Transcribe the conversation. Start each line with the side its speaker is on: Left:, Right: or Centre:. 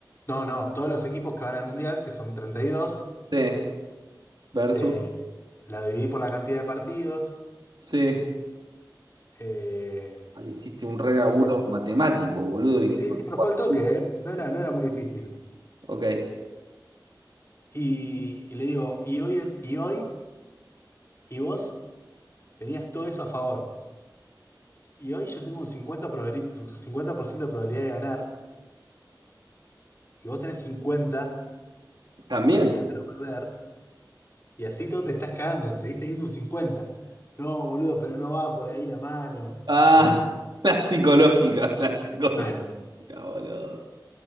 Left: no, no, todos los equipos que van al mundial, que son 32,
Right: Sí, versus
Left: Eh, la dividí por la cantidad de partidos.
Right: sí.
Left: eh,
Right: Ahí hiciste un re laburo
Left: y me...
Right: matemático, boludo. Hiciste
Left: Sí,
Right: un
Left: sí, pero
Right: cuadrito.
Left: fue al toque, ¿eh? No era, no era muy difícil.
Right: Ok,
Left: Y, y le digo, y hoy, en- y hoy, y vos tenías todo eso a favor. Y hoy yo tengo un cincuenta probabili- cincuenta por ciento de probabilidad de ganar, y vos tenés 50
Right: también.
Left: de ganar o perder, y así todo te estás cagando, seguís teniendo un cincuenta No, boludo, pero no va por ahí la mano.
Right: Ah,
Left: Me dice,
Right: <laughs> la psicológica, la psicológica,
Left: mal, mal.
Right: boludo.